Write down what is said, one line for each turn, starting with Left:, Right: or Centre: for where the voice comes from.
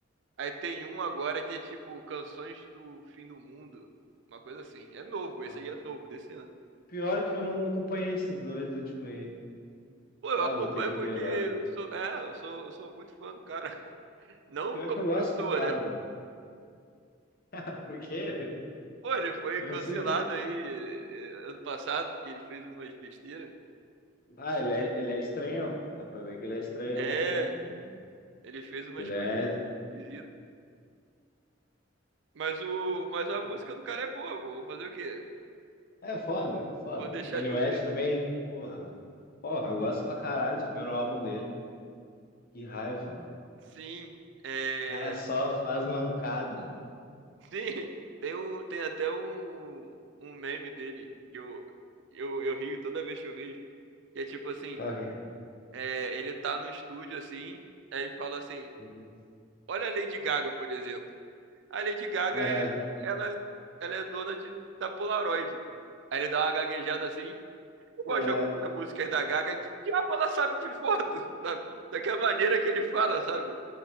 Right: Aí tem um agora que é tipo Canções do Fim do Mundo. Uma coisa assim. É novo,
Left: Nossa.
Right: esse aí é novo desse ano.
Left: Pior que eu não acompanhei esses dois últimos aí.
Right: Pô, eu
Left: Ah,
Right: acompanho
Left: vou ter que
Right: porque
Left: ver agora.
Right: eu sou. É, eu sou, eu sou muito fã do cara. <laughs> Não
Left: Pior
Right: como
Left: que eu gosto
Right: pessoa,
Left: do cara,
Right: né?
Left: meu. <laughs> Por quê?
Right: Pô, ele foi
Left: Eu
Right: cancelado
Left: não sei. não-
Right: aí eh, ano passado, porque ele fez umas besteiras.
Left: Ah, ele é, ele é estranhão. Dá pra ver que ele é estranhão
Right: É,
Left: ao full, tá ligado?
Right: ele fez
Left: Tipo,
Right: umas
Left: ele
Right: coisas
Left: é.
Right: esquisitas. Mas o, mas a
Left: ah,
Right: música do cara é boa, pô. Vou fazer o quê?
Left: É foda, é foda.
Right: Vou deixar
Left: Kanye
Right: de
Left: West
Right: ouvir.
Left: também, porra. Porra, eu gosto pra caralho do primeiro álbum dele. Que raiva, mano.
Right: Sim, é,
Left: O cara só faz mancada, né?
Right: sim. <laughs> Tem um, tem até um, um meme dele que eu, eu, eu rio toda vez que eu vejo. Que é tipo assim,
Left: Qual que é?
Right: é, ele tá no estúdio assim, aí ele fala assim,
Left: Uhum.
Right: olha a Lady Gaga, por exemplo. A Lady Gaga
Left: Aham,
Right: é, ela, ela é dona de, da Polaroid. Aí ele dá uma gaguejada assim. Eu gosto
Left: aham.
Right: de algumas músicas da Gaga. Que diabo ela sabe de foto, <laughs> sabe? Daquela maneira que ele fala, sabe?